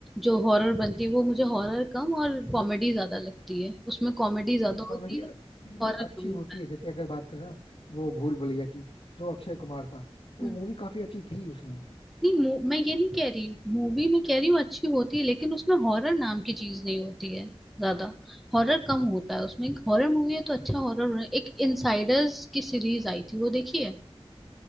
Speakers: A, in the centre; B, on the left.
A: जो हॉरर बनती है वो मुझे हॉरर कम और कॉमेडी ज्यादा लगती है उसमें कॉमेडी ज्यादा
B: लेकिन कॉमेडी
A: होती
B: मतलब
A: है हॉरर
B: अच्छी
A: कम
B: होती
A: होता
B: है जैसे अगर बात करें ना वो भूल भुलैया की जो अक्षय कुमार था वो
A: है
B: मूवी काफी अच्छी थी उसमें
A: नहीं मु- मैं ये नहीं कह रही मूवी में कह रही हूँ अच्छी होती है लेकिन उसमें हॉरर नाम की चीज नहीं होती है ज्यादा हॉरर कम होता है उसमें हॉरर मूवी है तो अच्छा हॉरर होना एक इनसाइडर्स की सीरीज आई थी वो देखी है